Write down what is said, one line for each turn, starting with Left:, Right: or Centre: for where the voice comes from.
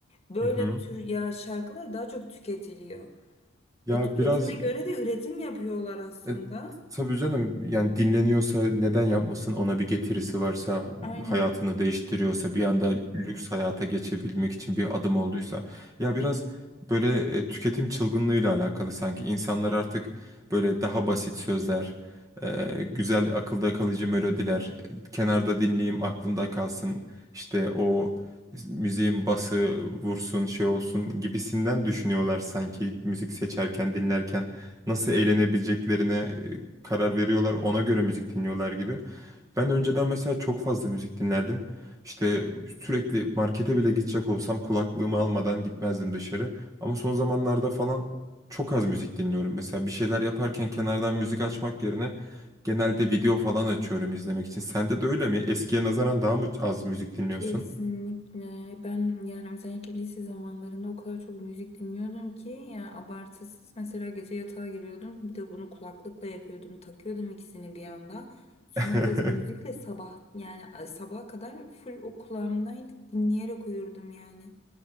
Left: böyle
Right: Hı hı.
Left: tür ya şarkılar daha çok tüketiliyor.
Right: Ya
Left: E, tüketime
Right: biraz
Left: göre de üretim yapıyorlar aslında.
Right: E, tabii canım yani dinleniyorsa neden yapmasın ona bir getirisi varsa
Left: Aynen.
Right: hayatını değiştiriyorsa bir anda lüks hayata geçebilmek için bir adım olduysa ya biraz böyle e, tüketim çılgınlığıyla alakalı sanki insanlar artık böyle daha basit sözler e, güzel akılda kalıcı melodiler e, kenarda dinleyeyim aklımda kalsın işte o müziğin bası vursun şey olsun gibisinden düşünüyorlar sanki müzik seçerken dinlerken nasıl eğlenebileceklerine e, karar veriyorlar. Ona göre müzik dinliyorlar gibi. Ben önceden mesela çok fazla müzik dinlerdim. İşte sürekli markete bile gidecek olsam kulaklığımı almadan gitmezdim dışarı. Ama son zamanlarda falan çok az müzik dinliyorum. Mesela bir şeyler yaparken kenardan müzik açmak yerine genelde video falan açıyorum izlemek için. Sende de öyle mi? Eskiye nazaran daha mı az müzik dinliyorsun?
Left: Kesinlikle. Ben yani özellikle lise zamanlarında o kadar çok müzik dinliyordum ki ya abartısız. Mesela gece yatağa giriyordum. Bir de bunu kulaklıkla yapıyordum. Takıyordum ikisini bir anda. Son
Right: <laughs>
Left: ses müzikle sabah yani sabaha kadar full o kulağımdaydı. Dinleyerek uyurdum yani.